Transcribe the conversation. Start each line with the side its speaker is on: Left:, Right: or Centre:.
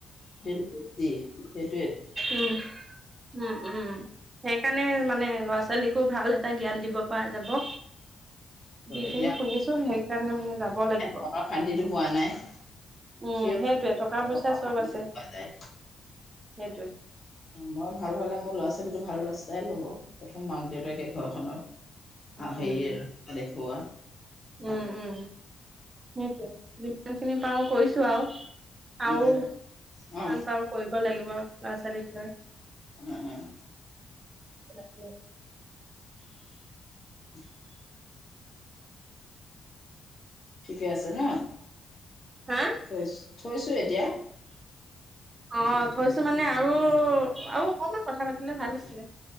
Left: বেছি সেইটোয়ে
Right: উম। উম। উম। সেইকাৰণে মানে ল'ৰা ছোৱালীকো ভাল এটা জ্ঞান দিব পৰা যাব। যিখিনি
Left: এতিয়া
Right: শুনিছো। সেইকাৰণে মানে যাব লাগিব।
Left: মনৰ শান্তিটো পোৱা নাই
Right: উম।
Left: সেই
Right: সেইটোৱে। টকা-পইচা
Left: মনৰ
Right: চব
Left: শান্তিটো
Right: আছে।
Left: পোৱা যায়
Right: সেইটোৱে
Left: মই ভাল হ'লে, মোৰ ল'ৰা -ছোৱালী ল-ছোৱালীটো ভাল ৰাস্তাই ল'ব। প্ৰথম মাক দেউতাকে ঘৰখনৰ,
Right: উম,
Left: এ হেৰি দেখুওৱা ভাল
Right: উম। উম। সেইটোৱে। যিমানখিনি পাওঁ কৰিছোঁ আৰু। আৰু
Left: উম উম
Right: কিমান
Left: অ
Right: পাৰো কৰিব লাগিব, ল'ৰা-ছোৱালীকলৈ
Left: উম- উম
Right: তাকে
Left: <unintelligible> ঠিকে আছে ন?
Right: হা?
Left: এছ। থৈছোঁ এতিয়া।
Right: অ'হ। থৈছো মানে আৰু, আৰু অকমান কথা পাতিলে ভাল আছিলে।